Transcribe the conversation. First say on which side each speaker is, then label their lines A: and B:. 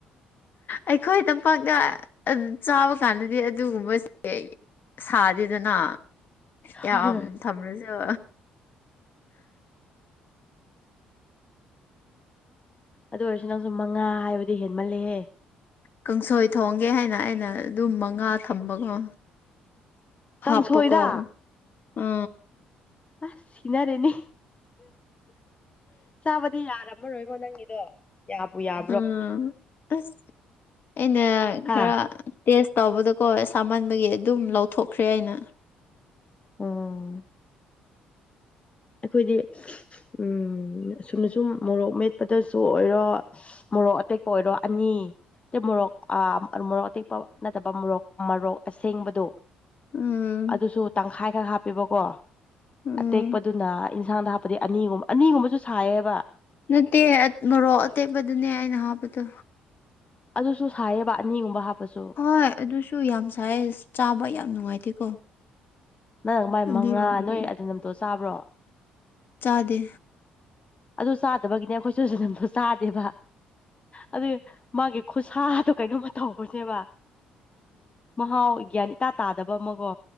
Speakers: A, on the left; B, on the left.
A: ꯑꯩꯈꯣꯏ ꯇꯝꯄꯥꯛꯗ ꯑꯠ ꯆꯥꯕ ꯀꯥꯟꯗꯗꯤ ꯑꯗꯨꯒꯨꯝꯕꯁꯦ ꯁꯥꯗꯦꯗꯅ ꯌꯥꯝ
B: ꯍꯣꯏ
A: ꯊꯝꯔꯁꯨ
B: ꯑꯗꯨ ꯑꯣꯏꯔꯁꯨ ꯅꯪꯁꯨ ꯃꯉꯥ ꯍꯥꯏꯕꯗꯤ ꯍꯦꯟꯃꯜꯂꯦꯍꯦ
A: ꯀꯥꯡꯁꯣꯏ ꯊꯣꯡꯒꯦ ꯍꯥꯏꯅ ꯑꯩꯅ ꯑꯗꯨꯝ ꯃꯉꯥ ꯊꯝꯕꯀꯣ
B: ꯀꯥꯡꯁꯣꯏꯗ
A: ꯍꯥꯞꯄꯀꯣ ꯑ
B: ꯑꯁ ꯁꯤꯅꯔꯅꯤ ꯆꯥꯕꯗꯤ ꯌꯥꯔ ꯔꯝꯃꯔꯣꯢꯀꯣ ꯅꯪꯒꯤꯗꯣ ꯌꯥꯕꯨ ꯌꯥ
A: ꯎꯝ ꯑꯁ ꯑꯩꯅ
B: ꯍꯥ
A: ꯈꯔ ꯇꯦꯁ ꯇꯧꯕꯗꯀꯣ ꯁꯥꯃꯟꯕꯒꯤ ꯑꯗꯨꯝ ꯂꯧꯊꯣꯛꯈ꯭ꯔꯦ ꯑꯩꯅ
B: ꯎꯝ ꯑꯩꯈꯣꯏꯗꯤ ꯎꯝ ꯁꯨꯝꯅ ꯁꯨꯝ ꯃꯣꯔꯣꯛ ꯃꯦꯠꯄꯗꯁꯨ ꯑꯣꯏꯔꯣ ꯃꯣꯔꯣꯛ ꯑꯇꯦꯛꯄ ꯑꯣꯏꯔꯣ ꯑꯅꯤ ꯇꯦ ꯃꯣꯔꯣꯛ ꯑ ꯃꯣꯔꯣꯛ ꯑꯇꯦꯛꯄ ꯅꯠꯇꯕ ꯃꯣꯔꯣꯛ ꯃꯔꯣꯛ ꯑꯁꯦꯡꯕꯗꯣ
A: ꯎꯝ
B: ꯑꯗꯨꯁꯨ ꯇꯪꯈꯥꯏ ꯈ ꯍꯥꯞꯄꯦꯕꯀꯣ
A: ꯎꯝ
B: ꯑꯇꯦꯛ ꯑꯗꯨꯅ ꯏꯟꯁꯥꯡꯗ ꯍꯥꯞꯄꯗꯤ ꯑꯅꯤꯒꯨꯝꯕ ꯑꯅꯤꯒꯨꯝꯕꯁꯨ ꯁꯥꯏꯌꯦꯕ
A: ꯅꯠꯇꯦ ꯑꯠ ꯃꯔꯣꯛ ꯑꯇꯦꯛꯄꯗꯨꯅꯦ ꯑꯩꯅ ꯍꯥꯞꯄꯗꯣ
B: ꯑꯗꯨꯁꯨ ꯁꯥꯏꯌꯦꯕ ꯑꯅꯤꯒꯨꯝꯕ ꯍꯥꯞꯄꯁꯨ
A: ꯍꯣꯏ ꯑꯗꯨꯁꯨ ꯌꯥꯝ ꯁꯥꯏꯌꯦ ꯆꯥꯕ ꯌꯥꯝ ꯅꯨꯡꯉꯥꯏꯇꯦꯀꯣ
B: ꯅꯪ ꯃꯥꯏ
A: ꯑꯗꯨꯔꯣꯝꯒꯤ
B: ꯃꯉꯥ ꯅꯣꯏ ꯑꯗꯨ ꯅꯝꯇꯣ ꯆꯥꯕ꯭ꯔꯣ
A: ꯆꯥꯗꯦ
B: ꯑꯗꯨ ꯆꯥꯗꯕꯒꯤꯅꯦ ꯑꯈꯣꯏꯁꯨ ꯖꯅꯝꯗꯣ ꯆꯥꯗꯦꯕ ꯑꯗꯨ ꯃꯥꯒꯤ ꯈꯨꯁꯥꯗꯣ ꯀꯩꯅꯣꯝꯃ ꯇꯧꯕꯅꯦꯕ ꯃꯍꯥꯎ ꯒ꯭ꯌꯥꯟ ꯏꯇꯥ ꯇꯥꯗꯕ ꯑꯃꯀꯣ